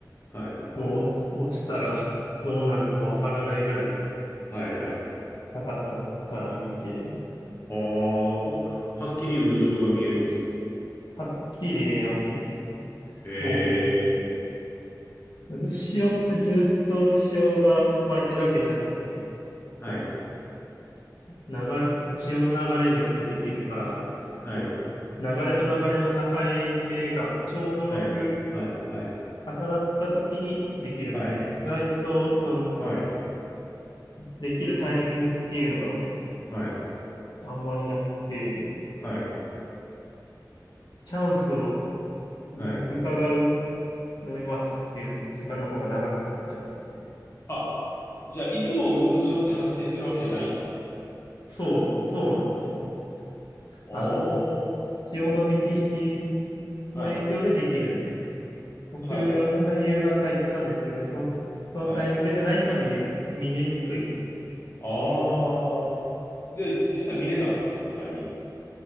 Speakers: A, on the left; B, on the left.
A: はい。
B: う、もう落落ちたら <laughs> どうなるのかわからないぐらいの
A: はいはい。
B: 高さから見て、
A: あーまはっきり渦潮が見えるんですか。
B: はっきり見えますね。
A: へ
B: もう
A: え。
B: 渦潮ってずっと渦潮が巻いてるわけじゃなくて、
A: はい。
B: なんか、流れ、潮の流れによってできるから、
A: はい。
B: その、流れと流れの境目がちょうどうまく
A: はい。はい。はい。
B: 重なった時にできるんで、
A: はい。
B: 意外と、その、
A: はい。
B: できるタイミングっていうのが
A: はい。
B: あんまりなくて、
A: はい。
B: チャンスを
A: はい。
B: う伺うのを待つっていう時間の方が長かったですね。
A: あ、じゃあ、いつも渦潮って発生してるわけじゃないんですか
B: そう、そうなんですよね。
A: お
B: あの、
A: ー、
B: 潮の満ち引き
A: はい、
B: の影響でできるんで、なんか僕は夕方行ったんですけど、
A: はい、
B: その、そのタイミングじゃないと見れ、
A: はい。
B: 見れにくいっ
A: ああ。
B: ていう、
A: で、実際見れたんですかそのタイミングで。